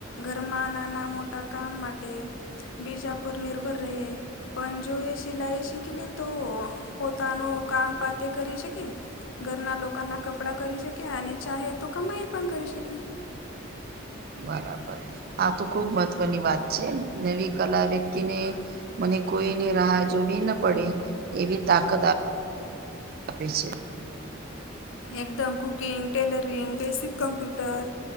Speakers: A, on the left (about 70°); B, on the right (about 50°).
A: ઘરમાં નાના મોટા કામ માટે, બીજા પર નિર્ભર રહે પણ જો એ સિલાઈ શીખી લે તો પોતાનું કામ પાતે કરી શકે ઘરના લોકો ના કપડા કરી શકે અને ચાહે તો કમાઈ પણ કરી શકે
B: બરાબર આ તો ખુબ મહત્વની વાત છે, નવી કલા વ્યક્તિને મને કોઈની રાહ જોવી ના પડે એવી તાકાત આ અપે છે.
A: એકદમ cooking, tailoring, basic computer,